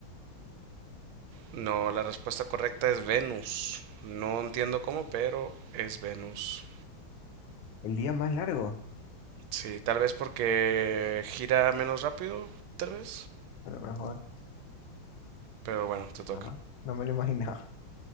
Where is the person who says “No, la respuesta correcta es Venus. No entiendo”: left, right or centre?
Right